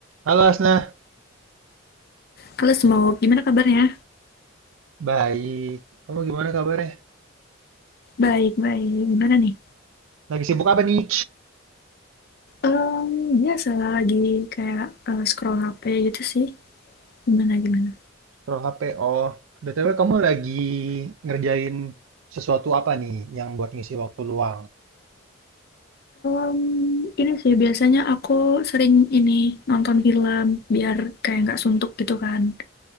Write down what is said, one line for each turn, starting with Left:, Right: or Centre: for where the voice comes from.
Right: Halo Asna,
Left: Halo Smoke, gimana kabarnya?
Right: baik. Kamu gimana kabarnya?
Left: Baik, baik. Gimana nih?
Right: Lagi sibuk apa nih?
Left: Em, biasa lah lagi kayak eh, scroll HP gitu sih. Gimana, gimana?
Right: Scroll HP. Oh, BTW kamu lagi ngerjain sesuatu apa nih yang buat ngisi waktu luang?
Left: Em, ini sih biasanya aku sering ini nonton film biar kayak nggak suntuk gitu kan.